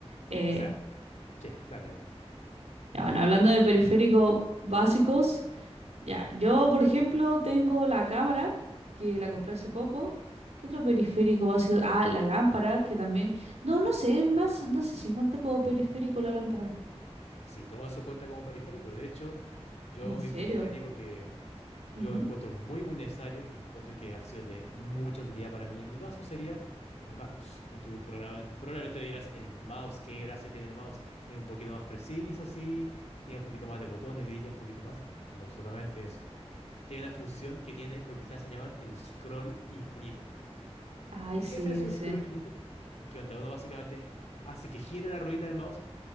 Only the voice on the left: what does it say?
O sea, sí, dale, dale.
Ujú.
Sí, todo eso cuenta como periférico. De hecho, yo
mi periférico que
yo encuentro muy, muy necesario y encuentro que ha sido de mucha utilidad para mí, en mi caso sería mi mouse. Y tú probablemente, probablemente dirás, el mouse, qué gracia tiene el mouse. Es un poquito más preciso, sí, tiene un poquito más de botones, brilla un poquito más. No solamente eso. tiene una función que tiene lo que se hace llamar el scroll infinito.
¿Qué es eso,
el scroll infinito? Que onda uno básicamente hace que gire la ruedita del mouse